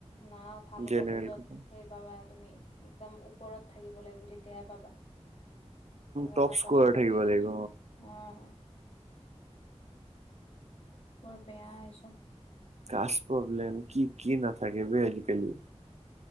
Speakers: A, on the left; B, on the right.
A: না ভাল
B: জেনেৰেল
A: কলেজত
B: একদম
A: সেই পাবা তুমি একদম ওপৰত থাকিব লাগিব তেতিয়াহে পাবা। আৰু
B: টপ
A: কাটপ
B: স্ক'ৰাৰ
A: চাটপ
B: থাকিব
A: দি কিনে
B: লাগিব
A: অ', বৰ বেয়া এইছব।
B: কাচ প্ৰব্লেম কি কি নাথাকে বে আজিকালি।